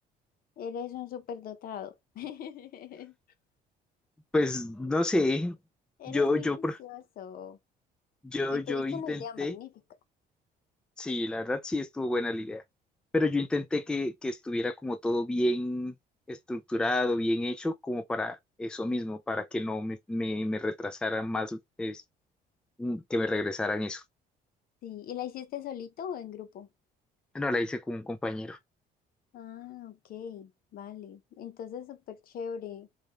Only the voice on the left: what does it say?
Eres un superdotado. <laughs>
Eres
muy
juicioso.
Y
tuviste
una idea magnífica.
Sí, ¿y la hiciste solito o en grupo?
Ah, ok, vale. Entonces, súper chévere.